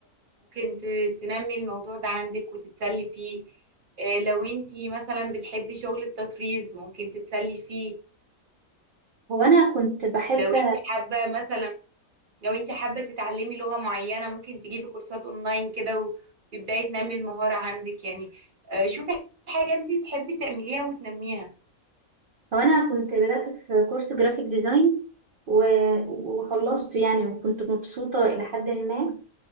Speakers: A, on the right; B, on the right.
A: ممكن ت- تنمي الموضوع ده عندك وتتسلي فيه آه، لو انت مثلا بتحبي شغل التطريز ممكن تتسلي فيه
B: هو انا كنت بحب
A: لو انت حابة مثلا لو انت حابة تتعلمي لغة معينة ممكن تجيبي كورسات اونلاين كده وتبدأي تنمي المهارة عندك يعني آه، شوفي حاجة انت تحبي تعمليها وتنميها
B: هو انا كنت بدات في كورس جرافيك ديزاين و... وخلصته يعني وكنت مبسوطه الى حد ما